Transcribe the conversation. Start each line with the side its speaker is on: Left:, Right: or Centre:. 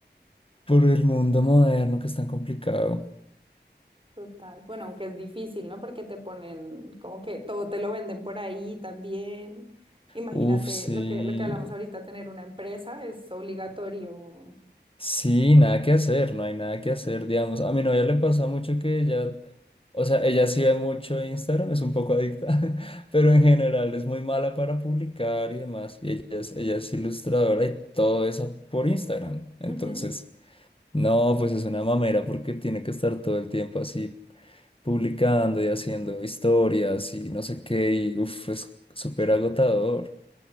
Left: por el mundo moderno que es tan complicado.
Right: Total. Bueno, aunque es difícil, ¿no? Porque te ponen como que todo te lo venden por ahí también. Imagínate
Left: Uf, sí.
Right: lo que, lo que hablamos ahorita, tener una empresa es obligatorio.
Left: Sí, nada que hacer, no hay nada que hacer, digamos. A mi novia le pasa mucho que ella, o sea, ella sí ve mucho Instagram, es un poco adicta, <laughs> pero en general es muy mala para publicar y demás. Y ella es, ella es ilustradora y todo eso por Instagram. Entonces,
Right: Ujú.
Left: no, pues es una mamera porque tiene que estar todo el tiempo así publicando y haciendo historias y no sé qué, y uff, es súper agotador.